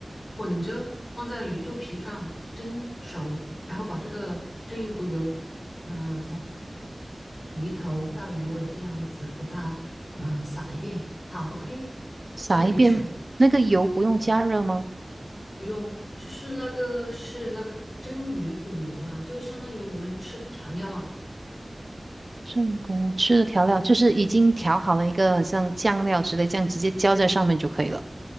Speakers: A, on the left (about 60°); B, on the right (about 45°).
A: 混着放在鱼肚皮上蒸熟，然后把这个蒸鱼骨油那从鱼头到鱼尾这样子给它呃撒一遍，好，OK，
B: 撒一遍，
A: 就可以吃了，
B: 那个油不用加热吗？
A: 不用。就是那个是那个蒸鱼骨油啊，就相当于我们吃的调料啊，
B: 正宫吃的调料就是已经调好了一个很像酱料之类，这样直接浇在上面就可以了。